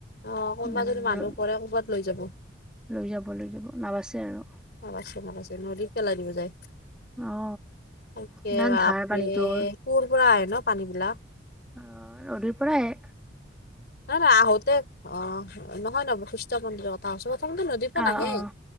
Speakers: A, on the left; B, in the centre.
A: অ কোনোবা
B: উম।
A: যদি মানুহ পৰে ক'ৰবাত লৈ যাব।
B: লৈ যাব, লৈ যাব নাবাচে আৰু।
A: নাবাচে, নাবাচে নদীত পেলাই দিব যায়।
B: অ
A: সেনেকে
B: ইমান
A: বাপৰে
B: ধাৰ পানীটোৰ
A: কোৰ পৰা আহে ন পানী বিলাক?
B: অঁ নদী পৰা আহে।
A: নাই নাই আহোতে অঁ নহয় নহয় বশিষ্ঠ মন্দিৰৰ কথা কৈছোঁ প্ৰথমতে নদীৰ পৰা
B: অ
A: নাহে।
B: অ